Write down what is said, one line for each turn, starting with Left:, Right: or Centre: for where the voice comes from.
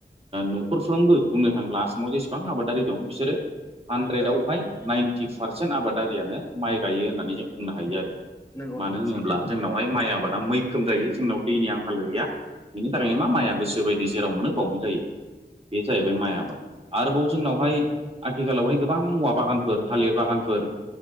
Right: न'खरफ्रावबो बुंनो थाङोब्ला आसामाव जेसेबां आबादारि दं बिसोरो हानद्रेदाव
Left: औ नोंथां
Right: फाइभ नाइनटि पारसेन्ट आबादारियानो माइ गायो होननानै जों बुंनो हायो आरो।
Left: नंगौ
Right: मानो
Left: नोंथां
Right: होनोब्ला
Left: सैथो
Right: जोंनावहाय माइ आबादा मैखोम जायो जोंनाव दैनि आंखाल गैया। बेनि थाखायनो
Left: औ
Right: मा
Left: नोंथां
Right: माइया गोसोबायदि जेराव मोनो बावनो जायो। बे जाहैबाय
Left: औ नोंथां
Right: माइ आबाद आरोबाव जोंनावहाय आथिखालावहाय गोबां बागानफोर थालिर बागानफोर